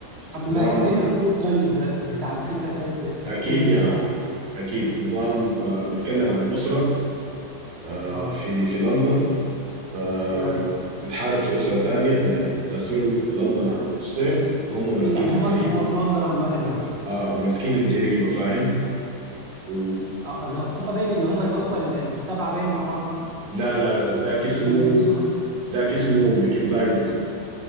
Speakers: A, on the right; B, on the right.
A: طب
B: نظام
A: ما تديني
B: ع-
A: الكور طيب آه، بتاع الفكره طيب آه،
B: اكيد
A: هنت
B: يا
A: كده
B: مان
A: عنه
B: اكيد نظام آه، بيتكلم عن اسره آه،
A: اه
B: في في لندن آه،
A: تمام
B: بتحارب في اسره تانية يعني قاسمين لندن على نصين وهم ماسكين
A: يعني
B: الجريمه
A: هما هما في لندن عامه يعني
B: اه وماسكين الجريمه فاهم و
A: اه اللي هو- هما باين اللي هما الاخوه ال- السبعه باين مع بعض دول
B: لا لا لا ذاك اسمه
A: كانوا بيلبسوا ب...
B: ذاك اسمه بيكي بلايندرز